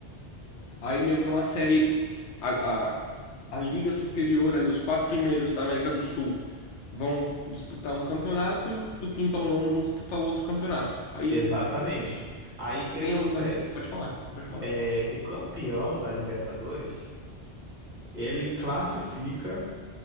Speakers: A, on the left (about 90°); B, on the right (about 40°).
A: Aí, meio que é uma série. A, a, a Liga Superior, ali, os quatro primeiros da América do Sul vão disputar um campeonato e o, do quinto ao nono vão disputar outro campeonato. Aí,
B: Exatamente. Aí o que
A: tem
B: acontece?
A: alguma. re- Pode falar, pode falar.
B: É, o campeão da Libertadores, ele classifica